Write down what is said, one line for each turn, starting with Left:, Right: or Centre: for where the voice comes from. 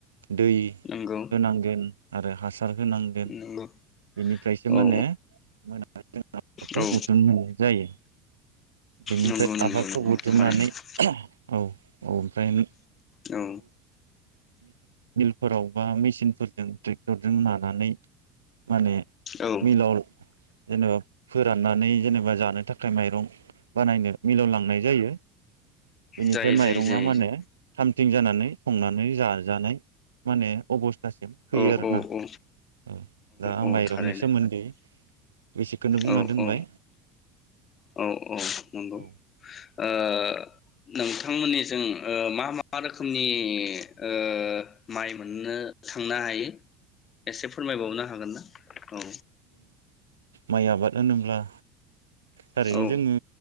Right: दै
Left: नंगौ
Right: होनांगोन आरो हास आर होनांगोन
Left: नंगौ
Right: बेनिफ्रायसो
Left: औ
Right: मा ने मोनानि आबादखौ
Left: औ
Right: बुथुम जायो बेनिफ्राय
Left: नंगौ नंगौ
Right: आबादखौ
Left: नंगौ
Right: बुथुमनानै
Left: थारैनो
Right: औ औ गायनो
Left: औ
Right: मिलफोराव बा मेसिनफोरजों ट्रे टरजों नानानै माने
Left: औ
Right: मिलाव जेनेबा फोराननानै जेनेबा जानो थाखाय माइरं बानायनो मिलावलांनाय जायो बेनिफ्राय
Left: जायो
Right: माइरङा
Left: जायो जायो
Right: माने थामथिं जानानै संनानै जाजानाय माने अबस थासिम फैयो
Left: औ
Right: आरो
Left: औ
Right: ना
Left: औ
Right: औ दा आं
Left: औ
Right: माइरंनि
Left: थारैनो
Right: सोमोन्दै बेसेखौनो बुंना
Left: औ
Right: दोनबाय
Left: औ औ औ नंगौ
Right: औ
Left: ओ नोंथांमोननि जों ओ मा मा रोखोमनि ओ माइ मोननो थांनो हायो एसे फोरमायबावनो हागोन ना औ
Right: माइ आबाद होनोब्ला थारैनो
Left: औ
Right: जोङो